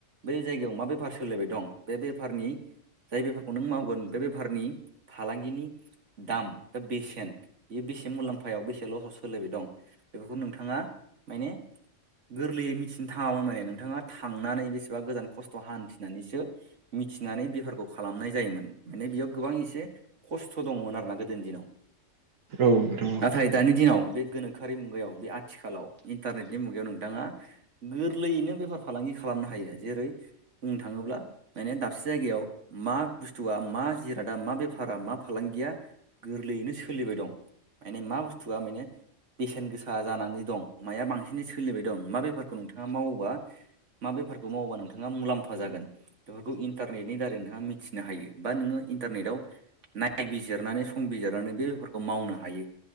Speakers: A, on the right; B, on the right.
A: बै जायगायाव मा बेफार सोलिबाय दं बे बेफारनि जाय बेफारखौ नों मावगोन बे बेफारनि फालांगिनि दाम बा बेसेन बेयो बेसे मुलाम्फायाव बेसे लसाव सोो्लायबाय दं बेफोरखौ नोंथाङा माने गोरलैयै मिथि थावनाय नोंथाङा थांनानै बेसेबा गोजान खस्थ' हान्थिनानैसो मिथिनानै बेारफोरखौ खालामनाय जायोमोन माने बेयाव गोबां एसे खस्थ' दङमोन आरोना गोदोनि दिनाव
B: औ नोंथां औ
A: नाथाय दानि दिनाव बे गोनोखोआि मुगायाव बे आथिखालाव इन्टारनेटनि मुगायाव नोंथाङा गोरलैयैनो बेफार फालांगि खालामनो हायो जेरै बुंनो थाङोब्ला माने दाबसे जायगायाव मा बुस्थुआ मा जिरादा मा बेफारा मा फालांगिया गोरलैयैनो सोलिबाय दं। माने मा बुस्थुआ माने बेसेन गोसा जानानै दं माया बांसिनै सोलिबाय दं मा बेफार खौ नोंथाङा मावोबा मा बेफारखौ मावोबा नोंथाङा मुलाम्फा जागोन बेफोरखौ इन्टारनेटनि दारै नोंथाङा मिथिनो हायो बा नोङो। इन्टारनेटाव नायबिजिरनानै संबिरनानै बेफोरखौ मावनो हायो।